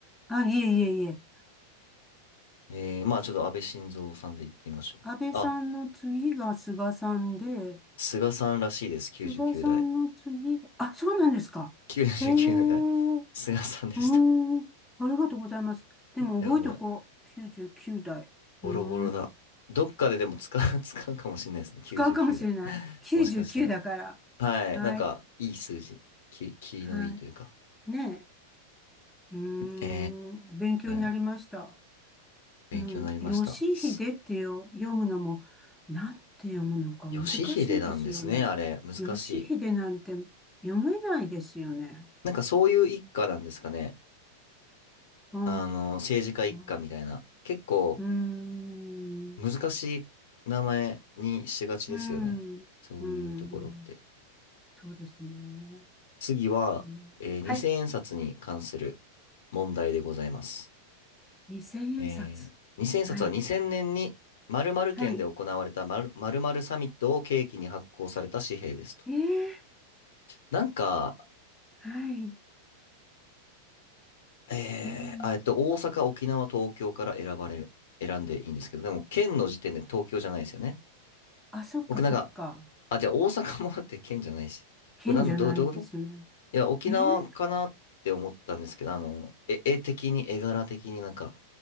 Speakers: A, in the centre; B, on the left.
A: あ、いえいえいえ。
B: えー、まあちょっと安倍晋三さんで行ってみましょう。
A: 安倍さんの次が菅さんで、
B: あ、菅さんらしいです、99代。
A: 菅さんの次が、あ、そうなんですか。
B: 99代。
A: ええう
B: 菅さんでした。
A: ーん。ありがとうございます。でも覚えとこう。
B: え、やばい。
A: 99代。
B: ボロボロだ。
A: うーん。
B: どっかででも使う、<laughs> 使うかもしれないですね、99代。
A: 使うかもしれない。99だから。
B: もしかしたら。はい、
A: はい。
B: なんか、いい数字。き、きりのいいというか。
A: はい。ねえ。うーん。
B: え
A: 勉強になりました。
B: ー、勉強になりました。
A: うん。吉秀ってよ読むのも、
B: す
A: なんて読むのか難しいですよね。
B: 義秀なんですね、あれ。難しい。
A: 吉秀なんて読めないですよね。
B: なんかそういう一家なんですかね。
A: うー
B: あの、政治家一家みたいな。
A: ん。う
B: 結構、
A: ーん。
B: 難しい名前にしがちですよね。
A: うん。
B: そういうところって。
A: うん。そうですね。
B: 次は、
A: うん、
B: えー2000円札に関する
A: はい。
B: 問題でございます。
A: 2000円札。
B: えー2000円札は2000年に〇〇県で行われた〇〇〇サミットを契機に発行された紙幣ですと。
A: はい。はい。ええ
B: なんか、
A: はい。
B: えーあえっと、
A: うん。
B: 大阪、沖縄、東京から選ばれる、選んでいいんですけど、でも県の時点で東京じゃないですよね。
A: あ、そっかそっか。
B: 僕なんか、あ、じゃあ大阪もだって県じゃないし。
A: 剣じゃないですね。
B: これなんだ、どう、どういうこといや、沖縄かなって思ったんですけど、
A: ええ
B: あの、絵絵的に、絵柄的になんか